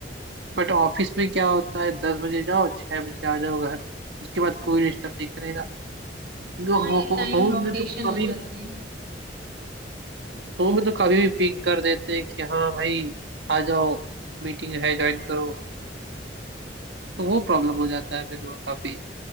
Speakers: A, on the right; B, on the right.
A: बट ऑफिस में क्या होता है दस बजे जाओ छह बजे आ जाओ घर उसके बाद कोई डिस्टर्ब नहीं करेगा क्योंकि हो,
B: हाँ ये
A: हो,
B: टाइम
A: होम
B: बाउंडेशन
A: में तो कभी
B: हो जाती है
A: होम में तो कभी भी पिंग कर देते हैं कि हाँ भाई आ जाओ मीटिंग है ज्वाइन करो तो वो प्रॉब्लम हो जाता है मेरे को काफी